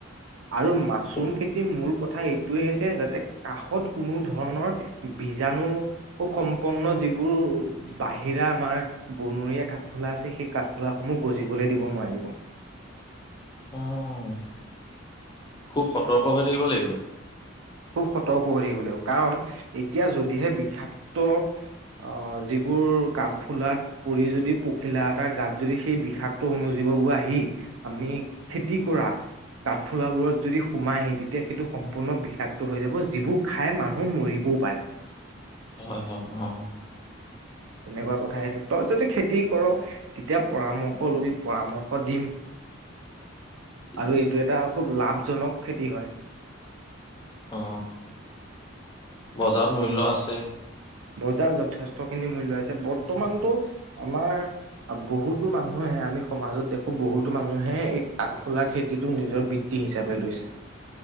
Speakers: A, on the right; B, on the left.
A: আৰু মাছৰুম
B: খুব
A: খেতি মোৰ কথা এইটোৱে হৈছে যাতে কাষত কোনো ধৰণৰ বীজাণু সম্পন্ন যিবোৰ বাহিৰা আমাৰ বনৰীয়া কাঠফুলা আছে সেই কাঠফুলাস সমূহ গজিবলৈ দিব নোৱাৰিব।
B: উম খুব সতৰ্ক হৈ থাকিব লাগিব
A: খুব সতৰ্ক হৈ থাকিব লাগ কাৰণ এতিয়া যদিহে বিষাক্ত আহ যিবোৰ কাঠফুলাত পৰি যদি পখিলা এটা গাত যদি সেই বিষাক্ত অনুজীৱবোৰ আহি আমি খেতি কৰা কাঠফুলাবোৰত যদি সোমাইহি তেতিয়া সেইটো সম্পূৰ্ণ বিষাক। হৈ যাব যিবোৰ খাই মানুহ মৰিবও পাৰে।,
B: হয় হয় উ
A: তেনেকুৱা কথাই সেইটো তই যদি খেতি কৰ তেতিয়া পৰামৰ্শ ল'বি পৰামৰ্শ দিম
B: ঠিক
A: আৰু
B: আছে
A: এইটো এটা খুব লাভজনক খেতি হয়।
B: অ বজাৰত মূল্য আছে।
A: বজাৰ যথেষ্টখিনি মূল্য আছে বৰ্তমানতো আমাৰ বহুতো মানুহে আমি সমাজত দেখো বহুতো মানুহে এই কাঠফুলা খেতিটোক নিজৰ বৃত্তি হিচাপে লৈছে